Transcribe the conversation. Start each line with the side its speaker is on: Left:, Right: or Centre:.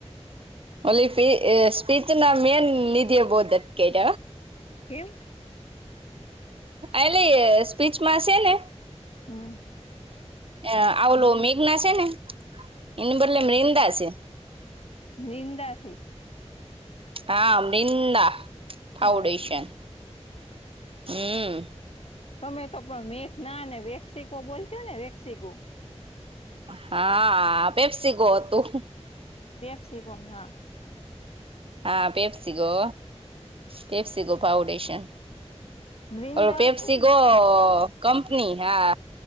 Right: ઓલી સ્ી સ્પીચ ના મેેન નધ્યા બહદત કટ
Left: એવમ
Right: એલી સ્પીચમાં છે ને
Left: હમ
Right: એ આવલો
Left: હા હા.
Right: મેઘના છે ને એને બદલે મિંદા છે.
Left: વિંદા છે
Right: હા મૃિંદા ફાઉન્ડેશન
Left: હા
Right: હમ
Left: તમે તો પણ મેઘના અને વેક્સિકો બોલજો ને વેક્સિકો
Right: હા પેપસી ગો હતું
Left: વેફ છે ગો હા
Right: હા પેપસગો પેપસગો ફઉડેશન
Left: વૃંદા
Right: રૂપેપસી
Left: હતું ને
Right: ગો કંપની હા